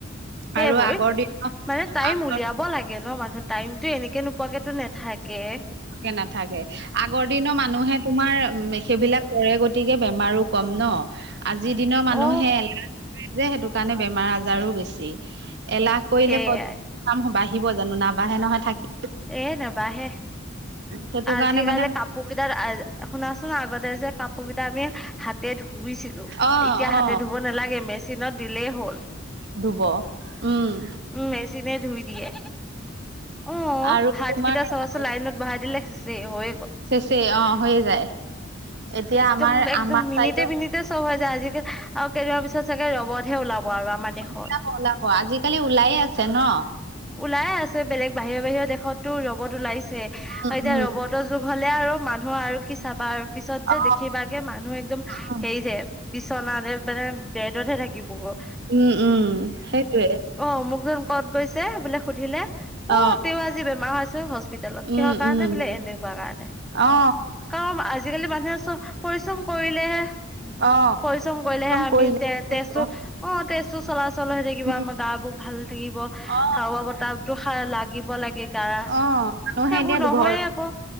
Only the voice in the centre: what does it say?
সেইবোৰ
মানে টাইম
উলিয়াব লাগে ন মানুহ টাইমতটো এনেকে নো। পোৱাকেতো নে।
অ
সেইয়াই
এ নেবাহে
আজিকালি
কাপ। পোৰ কেইটাৰ শুনাচোন আগতে যে কাপোৰ কেইটা আমি হাতে ধু। ধুইছিলো
এতিয়া হাতে
ধুব নালাগে মেচিনত দিলেই হ'ল।
উমঁ' মেছিনে ধুই দিয়ে। অঁ'
ভাত
কেইটা চাবাচোন লাইনত বহাই দিলে সেচেই হৈয়ে গ
একদম
-একদম
-মিনিটে
মিনিটে চ'ব হৈ যায় আজিকাল আৰু কেইদিনমান পিছত চাগে ৰবদহে ওলাব। আৰু আমাৰ দেশত
ওলাইে আছে বেলেগ বাহিৰ বাহিৰৰ দেশতো ৰবত ওলাইছে আৰু
এতিয়া
ৰবত যুগ হ'লে আৰু মানুহ আৰু কি চাবা আৰু পিছত যে
দেখিবাগে মানুহ একদম
হেৰি হে- বিচনাত মানে বেডতহে থাকিব গৈ।
অঁ' মোকযেন ক'ত গৈছে বোলে সুধিলে
অঁ' তেওঁ আজি বেমাৰ হৈছে হস্পি টেলত
কিহৰ কাৰণে
বোলে এনেকুৱা কাৰণে।
কাৰণ আজিকালি মানুহে পৰিশ্ৰম কৰিলেহে,
পৰিশ্ৰম কৰিলেহে আমি
তে
তেজতো অঁ' তেজতো চলাচল হৈ থাকিব
আমাৰ গা বোৰ ভাল থাকিব,
হাৱা বতাহ টো লাগিব লাগে গা।
সেইবোৰ
নহয়ে
আকৌ